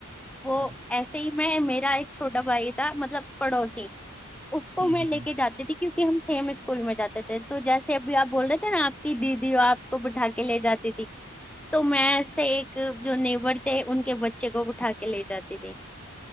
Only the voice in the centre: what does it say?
वो
ऐसे ही मैं मेरा एक छोटा भाई था मतलब पड़ोसी उसको
मैं
लेके
जाती थी क्योंकि हम सेम स्कूल में जाते थे तो जैसे अभी आप बोल रहे थे ना आपकी दीदी आपको बिठा के ले जाती थी तो मैं ऐसे एक जो नेबर थे उनके बच्चे को बिठा के ले जाती थी